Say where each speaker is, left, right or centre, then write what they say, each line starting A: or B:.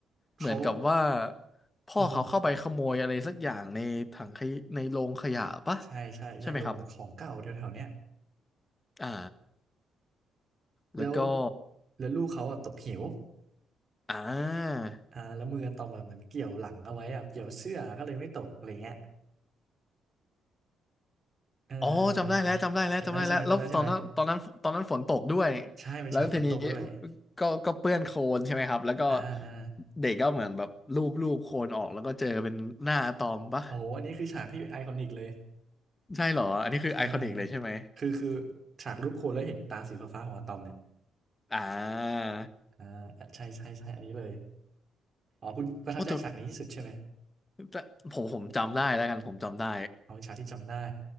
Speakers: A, on the left; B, on the right.
A: เหมือนกับว่า
B: เขา
A: พ่อเขาเข้าไปขโมยอะไรสักอย่างในถังขยในโรงขยะปะ
B: อือฮึใช่ใช่ใช่ลงเหมือนของเก่าแถวๆเนี้ย
A: ใช่ไหมครับอ่า
B: แล้ว
A: แล้วก็
B: แล้วลูกเขาอะตกเหว
A: อ่า
B: อ่าแล้วมืออะตอมอะเหมือนเกี่ยวหลังเอาไว้อะเกี่ยวเสื้อก็เลยไม่ตกอะไรเงี้ยเออเออเออ
A: อ๋อจำได้แล้วจำได้แล้วจำได้แล้วแล้วตอนนั้นตอนนั้นตอนนั้นฝนตกด้วย
B: จำได้ใช่ไหมจำได้ใช่ไหมใช่เป็นฉากฝนตกด้วย
A: แล้วทีนี้ก็ก็เปื้อนโคลนใช่ไหมครับ แล้วก็
B: อ่าอ่า
A: เด็กก็เหมือนแบบลูบลูบโคลนออกแล้วก็เจอเป็นหน้าอะตอมปะ
B: โอ้โหอันนี้คือฉากที่ไอคอนิกเลย
A: ใช่เหรออันนี้คือไอคอนิกเลยใช่ไหม
B: ใช่คือคือฉากรูปโคนแล้วเห็นตาสีฟ้าๆของอะตอมเนี่ย
A: อ่า
B: อ่าใช่ใช่ใช่อันนี้เลย อ๋อคุณประทับใจฉากนี้ที่สุดใช่ไหม
A: โอ้แต่แต่ผมผมจำได้แล้วกันผมจำได้
B: เอาฉากที่จำได้